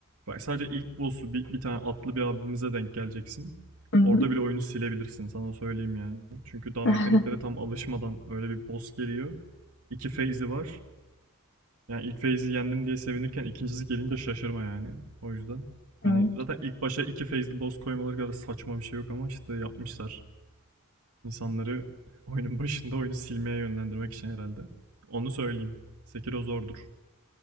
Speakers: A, on the right (about 80°); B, on the left (about 55°).
A: bak sadece ilk boss'u bir, bir tane atlı bir abimize denk geleceksin.
B: Hı hı.
A: Orada bile oyunu silebilirsin sana söyleyeyim yani. Çünkü daha
B: <laughs>
A: mekaniklere tam alışmadan öyle bir boss geliyor. İki phase'i var. Yani ilk phase'i yendim diye sevinirken ikincisi gelince şaşırma yani. O yüzden.
B: Hı.
A: Hani zaten ilk başa iki phase'li boss koymaları kadar saçma bir şey yok ama işte yapmışlar. İnsanları <laughs> oyunun başında oyunu silmeye yönlendirmek için herhalde. Onu söyleyeyim. Sekiro zordur.